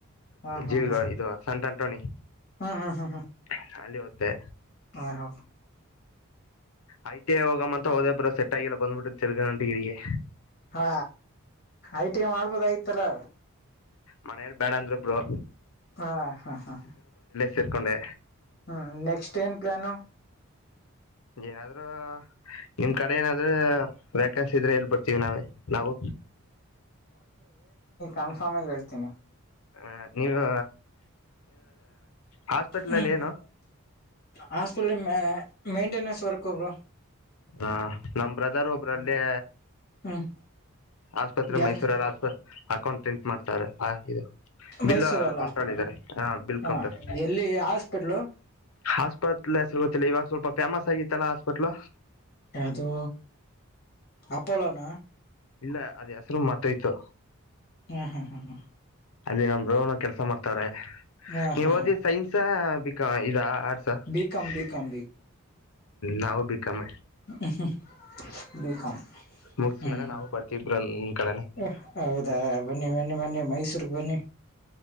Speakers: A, on the left; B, on the left.
A: ಹಾ ಹಾ
B: ಜೀವಿಗ
A: ಹಾ
B: ಇದು ಸಂಂತ ಆಂಟೋನಿ
A: ಹ್ಮ್ ಹ್ಮ್ ಹ್ಮ್ ಹ್ಮ
B: ಅಖಾಲಿ ಹದ್ದೆ
A: ಹ ಹ
B: ಆಯ್ತ ಹೋಗಮ್ಮ ಅಂತ ಹೋದೇಬ್ರ ಸೆಟ್ ಆಗಿಲ್ಲ ಬಂದ್ಬಿಟ್ಟೆ ತಿರ್ಗ ನಟಗಿರಿಗೆ
A: ಹಾ ಐಟಿ ಮಾಡ್ಬೋದಯತಲ್ಲ
B: ಮನೇೆಯಲ್ಲಿ ಬ್ಯಾಡ ಅಂದ್ರೊ ಬ್ರೋ
A: ಹಾ ಹಾ ಹಾ ಹಾ
B: ಸರ್ಕೊಂಡೆ
A: ಹ್ಮ್ ನೆಕ್ಸ್ಟ್ ಏನ್ ಪ್ಲಾನು
B: ಏನಾದ್ ನಿಮ್ ಕಡೆ ಏನಾದ್ರೂ ವ್ಯಾಕೆನ್ಸಿ ಇದ್ರೆ ಎಲ್ಲಿ ಬಡ್ತೀವಿ ನಾವೇ ನಾವು
A: <unintelligible> ಆಗ ಹೇತೀನಿ
B: ಹ ನೀವು ಹಾಸ್ಪಿಟಲ್ಲ್ಲಿ
A: ಹ್ಮ್
B: ಏನು
A: ಹಾಸ್ಪಿಟಲ್ ಮೇಂಟೆನೆನ್ಸ್ ವರ್ಕ್ ಬ್ರೋ
B: ಹಾ ನಮ ಬ್ರದರ್ ಒಬ್ರಲ್ಲೇ
A: ಹ್ಮ್
B: ಆಸ್ಪತ್ರೆ
A: ಯಾರು
B: ಮೈಸೂರಲ್ಲಿ ಆಸ್ಪತ್ ಅಕೌಂಟೆಂಟ್ ಮಾಡ್ತಾರೆ ಹ ಇದು ಬಿಲ್
A: ಮೈಸೂರಲ್ಲ
B: ಕೌಂಟರ್ಲ್ಲಿ ಇದಾರೆ ಹಾ ಬಿಲ್ ಕೌಂಟರ್
A: ಹ ಎಲ್ಲಿ ಹಾಸ್ಪಿಟ್ಲು
B: ಆಸ್ಪತ್ಲ್ ಹೆಸರು ಗೊತ್ತಿಲ್ಲ ಇವಾಗ ಸ್ವಲ್ಪ ಫೇಮಸ್ ಆಗಿತ್ತಲ್ಲಾ ಹಾಸ್ಪತ್ಲ್
A: ಅದು ಅಪ್ಪೋಲೋನಾ
B: ಇಲ್ಲ ಅದ್ ಹೆಸರು ಮತ್ತೊಯ್ತು
A: ಹ್ಮ್ ಹ್ಮ್ ಹ್ಮ್ ಹ್ಮ
B: ಅಲ್ಲಿ ನಮ್ಮ ಬ್ರೋ ಕೆಲ್ಸ ಮಾಡ್ತವ್ರೆ
A: ಹಾ
B: ನೀವ್
A: ಹಾ
B: ಓದಿ
A: ಹಾ
B: ಸೈನ್ಸ್ ಬಿಕಾ ಆರ್ಸ
A: ಬಿಕಾಂ
B: ಹ್ಮ
A: ಬಿಕಾಂ
B: ನಾವು ಬಿಕಮ್ಮ
A: ಹ್ಮ ಹ್ಮ ಬಿ ಹ್ಮ
B: ಮುಗಸ್ ಮೇಲೆ ನಾವು ಬರ್ತಿಬ್ರು ನಮ್ ಕಡೆನೆ
A: ಹ ಹೌದಾ ಬನ್ನಿ ಬನ್ನಿ ಮೈಸೂರ್ ಬನ್ನಿ